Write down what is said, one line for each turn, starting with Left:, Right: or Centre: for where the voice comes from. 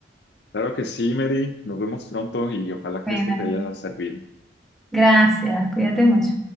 Left: claro que sí, Mary. Nos vemos pronto y ojalá que
Centre: Bueno,
Left: esto te haya servido.
Centre: gracias. Cuídate mucho.